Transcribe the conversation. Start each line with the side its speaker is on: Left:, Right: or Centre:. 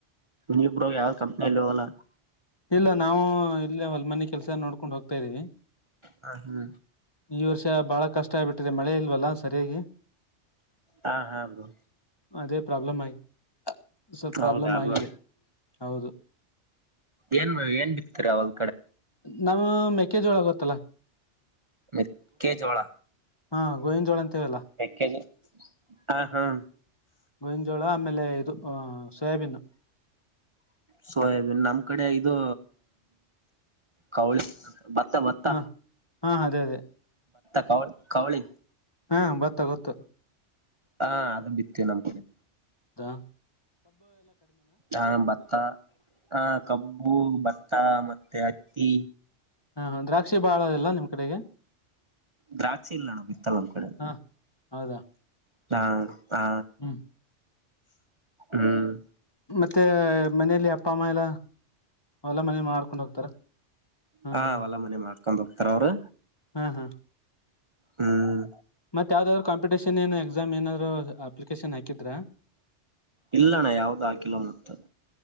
Right: ನಿವ್ ಬ್ರೊ ಯಾವ ಕಂಪ್ನಿಯಲ್ಲಿ ಹೋಗಲ್ಲ
Left: ಇಲ್ಲ ನಾವು ಇಲ್ಲ ಹೊಲ್ ಮನಿ ಕೆಲ್ಸ ನೋಡ್ಕೊಂಡ್ ಹೋಗ್ತಾ ಇದ್ದೀವಿ
Right: ಹಾ ಹ್ಮ
Left: ಈ ವರ್ಷ ಬಾಳ ಕಷ್ಟ ಆಗ್ಬಿಟ್ಟಿದೆ ಮಳೆ ಇಲ್ವಲ್ಲಾ ಸರಿಯಾಗಿ
Right: ಹಾ ಹಾ ಬ್ರೊ
Left: ಅದೇ ಪ್ರಾಬ್ಲಮ್ ಆಗಿ ಸ್ವಲ್ಪ ಪ್ರಾಬ್ಲಮ್
Right: ಹೌದಾ
Left: ಆಗಿದೆ
Right: ಬ್ರೋ
Left: ಹೌದು
Right: ಏನ್ ಏನ್ ಬಿತ್ತರಿ ಅವಾಗ
Left: ನಾವ್ ಮೆಕ್ಕೆಜೋಳ ಗೊತ್ತಲ್ಲ
Right: ಮೆಕ್ಕೆಜೋಳ
Left: ಹಾ ಗೋವಿನ ಜೋಳ ಅಂತೇವಲ್ಲ
Right: ಮೇಕೆ ಹಾ ಹಾ
Left: ಗೋವಿನಜೋಳ ಆಮೇಲೆ ಇದು ಸೋಯಾಬಿನು
Right: ಸೊಯಬಿನ್ ನಮ್ ಕಡೆ ಇದು ಕವಳಿ ಭತ್ತ ಭತ್ತ
Left: ಹಾ ಹಾ ಅದೇ ಅದೇ
Right: ಕವ ಕವಳಿ
Left: ಹಾ ಬತ್ತ ಗೊತ್ತು
Right: ಹಾ ಅದು ಬಿತ್ತುವಿ ನಮ್ಮ್ಕಡೆ
Left: ಹಾ
Right: ಹಾ ಬತ್ತ ಹ ಕಬ್ಬು ಬತ್ತ ಮತ್ತೆ ಅಕ್ಕಿ
Left: ಹಾ ದ್ರಾಕ್ಷಿ ಬಾಳ ಅದೆಲ್ಲ ನಿಮ್ ಕಡೆಗೆ
Right: ದ್ರಾಕ್ಷಿ ಇಲ್ಲ ಅಣ್ಣ ಬಿತ್ತಲ್ಲ ನಮ್ಮ ಕಡೆ
Left: ಹ ಹೌದಾ
Right: ಹಾ ಹಾ
Left: ಹ್ಮ್
Right: ಹ್ಮ್
Left: ಮತ್ತೆ ಮನಲಿ ಅಪ್ಪ ಅಮ್ಮ ಎಲ್ಲ ಹೋಲ ಮನೆ ಮಾಡ್ಕೊಂಡ್ ಹೋಗ್ತಾರ ಹ್ಮ್
Right: ಹ
Left: ಹ್ಮ್
Right: ಹೊಲ ಮನೆ ಮಾಡ್ಕೊಂಡ ಹೋಗ್ತಾರ ಅವರು
Left: ಹ್ಮ್ ಹ್ಮ್
Right: ಹ್ಮ್
Left: ಮತ್ತ ಯಾವ್ದಾದ್ರು ಕಾಂಪಟಷನ್ ಏನಾ ಎಕ್ಸಾಮ್ ಏನಾದ್ರು ಅಪ್ಲಿಕೇಶನ್ ಹಾಕಿದ್ರಾ
Right: ಇಲ್ಲಣ್ಣ ಯಾವದೂ ಆಕಿಲ ಮತ್ತ